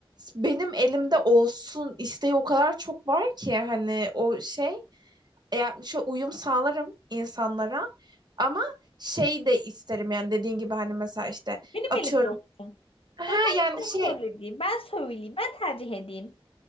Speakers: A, on the right; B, on the left.
A: benim elimde olsun isteği o kadar çok var ki hani o şey yani şu uyum sağlarım insanlara ama şey de isterim yani dediğin gibi hani mesela işte
B: Benim
A: atıyorum
B: elimde olsun.
A: ha
B: Hani ben
A: yani
B: sana
A: şey
B: söyleyeyim. Ben söyleyeyim. Ben tercih edeyim.